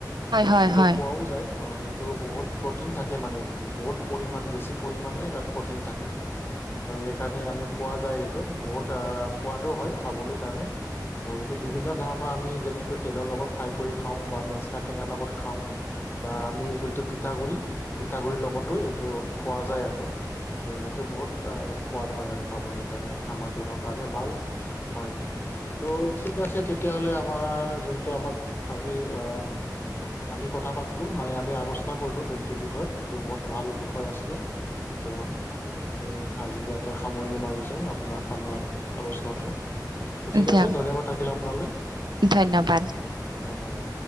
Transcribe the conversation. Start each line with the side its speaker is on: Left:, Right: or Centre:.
Right: হয়,
Left: সেইটো
Right: হয়,
Left: খোৱাও
Right: হয়,
Left: যায় অ সেইটো বহুত প্ৰটিন থাকে মানে বহুত পৰিমাণ বেছি পৰিমাণে তাত প্ৰটিন থাকে। ত' সেইকাৰণে আমি কোৱা যায় সেইটো বহুত আ সোৱাদ হয় খাবলৈ কাৰণে। আৰু এইটো বিভিন্ন ধৰণৰ আমি যেনেকৈ তেলৰ লগত ফ্ৰাই কৰি খাওঁ বা মেচকা টেঙা লগত খাওঁ বা আমি যোনটো পিঠাগুৰি পিঠাগুৰিৰ লগতো টো খোৱা যায় আৰু ত এইটো বহুত আ সোৱাদ হয় আৰু খাবলৈ। কাৰণে আমাৰ দেহৰ কাৰণে ভাল হয়। ত' ঠিক আছে তেতিয়াহলে আমাৰ যোনটো আমাক আজি অ আমি কথা পাতিলো মানে আমি আগষ্ট আলোচনা কৰিলো যোনটো বিষয়ত সেইটো বহুত ভাল বিষয় আছিলে ত' আমি আজি ইয়াতে সামৰি মাৰিছো আপোনাৰ আমাৰ আলোচনাটো টো ঠিক
Right: দিয়ক
Left: আছে ধন্যবাদ থাকিল আপোনালে।
Right: ধন্যবাদ।
Left: ধন্যবাদ।